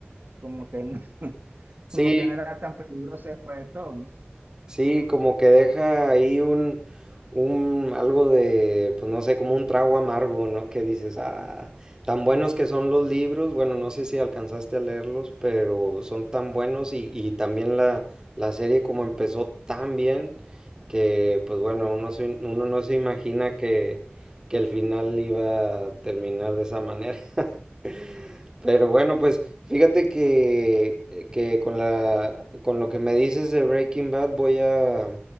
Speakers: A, on the right; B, on the right.
A: como que no, <laughs>
B: Sí,
A: como que no era tan peligroso después de todo, ¿no?
B: Sí, como que deja ahí un, un algo de, pues no sé, como un trago amargo, ¿no? Que dices, ah, tan buenos que son los libros, bueno, no sé si alcanzaste a leerlos, pero son tan buenos y, y también la, la serie como empezó tan bien que, pues bueno, uno, se- uno no se imagina que, que el final iba a terminar de esa manera. <laughs> Pero bueno, pues fíjate que, eh, que con la, con lo que me dices de Breaking Bad voy a,